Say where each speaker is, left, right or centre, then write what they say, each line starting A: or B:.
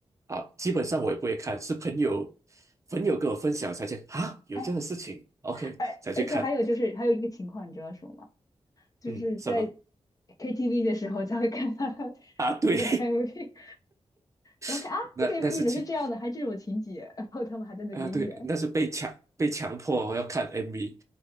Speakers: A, on the right; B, on the left.
A: 啊，基本上我也不会看，是朋友朋友跟我分享才去啊，有这样的事情，OK
B: 哎，而而且还有就是还有一个情况，
A: 才去看。
B: 你知道什么吗？就是在
A: 嗯，什么
B: KTV 的时候才会看到 <laughs>
A: 啊？对，
B: 那个 MV，然后看啊，
A: <laughs> 那那是前
B: 这个 MV 怎么是这样的，还这种情节，然后他们还在那边演，
A: 啊，对，那是被强被强迫我要看 MV，